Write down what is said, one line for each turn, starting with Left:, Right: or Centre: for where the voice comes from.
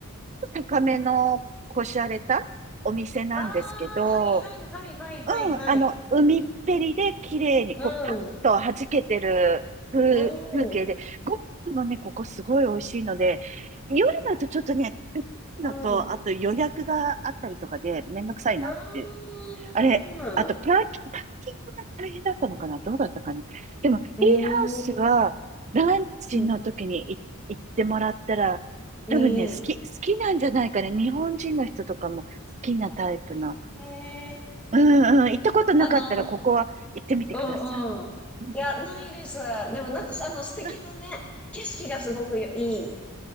Right: 高めの、こしゃれたお店なんですけど、
Centre: ああ、はいはいはいはいはいはい。
Right: うん、あの、海っぺりで綺麗に、
Centre: う
Right: こう、パッと弾けてる風、
Centre: ん。う
Right: 風景で、
Centre: ん。う
Right: ご飯もね、ここすごい美味しいので、夜だとちょっとね、ペッいのと、
Centre: ん。う
Right: あと予約があったりとかでめんどくさいなって。
Centre: ーん。
Right: あれ、あとパーキ、パーキングが大変だったのかなどうだったかなでも、ティーハウスは、
Centre: うーん。
Right: ランチの時にい行ってもらったら、
Centre: うん。うん
Right: 多分ね、好き、好きなんじゃないかね。日本人の人とかも好きなタイプの
Centre: へえ。
Right: うんうん、行ったことなかったらここは行ってみてください。
Centre: あの、うんうん。
Right: うん。
Centre: いや、ないです。でもなんかさ、あの、素敵なね、
Right: あ、
Centre: 景色がすごくいい。